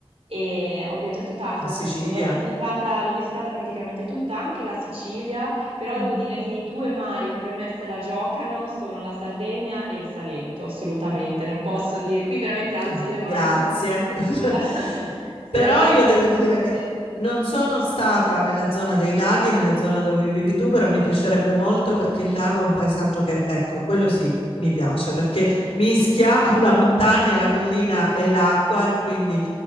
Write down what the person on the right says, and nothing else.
e ho viaggiato tanto
in
Sardegna, l'ho visitata, l'ho visitata praticamente tutta, anche la Sicilia. Però
devo dire che i due mari che per me se la giocano sono la Sardegna e il Salento, assolutamente. Non posso dire, qui veramente alzo
le mani,
non posso dire
nulla. <laughs> Se
la giocano
veramente
bene.
Mhm.
Sì.